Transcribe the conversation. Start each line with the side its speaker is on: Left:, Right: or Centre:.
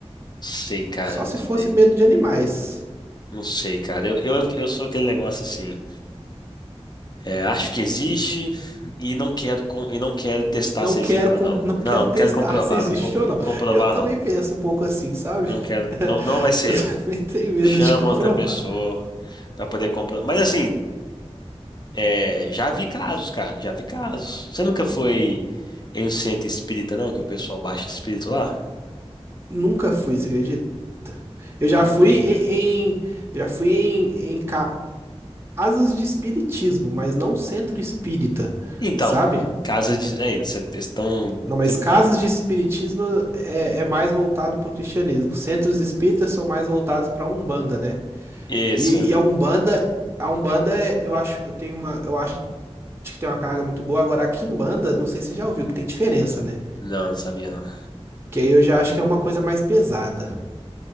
Left: sei, cara,
Right: Só
Left: não
Right: se fosse
Left: sei.
Right: medo de animais.
Left: Não sei, cara. Eu, eu, eu sou aquele negócio assim. é, acho que existe e não quero com, e não quero testar
Right: Não
Left: se
Right: quero,
Left: existe
Right: com-
Left: ou não. Não,
Right: não quero
Left: não
Right: testar
Left: quero comprovar.
Right: <laughs> se existe
Left: Não vou,
Right: ou não.
Left: vou comprovar,
Right: Eu também
Left: não.
Right: penso um pouco assim, sabe?
Left: Não quero.
Right: <laughs>
Left: Não, não vai ser
Right: Eu
Left: eu.
Right: também tenho medo
Left: Chama
Right: de comprovar.
Left: outra pessoa pra poder comprar. Mas assim, é, já vi casos, cara, já vi casos. Você nunca foi em um centro espírita, não? Que o pessoal baixa espírito lá?
Right: Nunca fui, você acredita? Eu já
Left: Pois
Right: fui
Left: é.
Right: em, em- já fui em, em ca- casas de espiritismo, mas não centro espírita,
Left: Então,
Right: sabe?
Left: casas de. É, eles estão.
Right: Não, mas
Left: que-
Right: casas de espiritismo é, é mais voltado para o cristianismo. Centros espíritas são mais voltados para a Umbanda, né?
Left: Isso.
Right: E, e a Umbanda, a Umbanda, é- eu acho, eu tenho uma, eu acho que tem uma carga muito boa. Agora, a Quimbanda, não sei se você já ouviu, que tem diferença, né?
Left: Não, não sabia, não.
Right: Que aí eu já acho que é uma coisa mais pesada.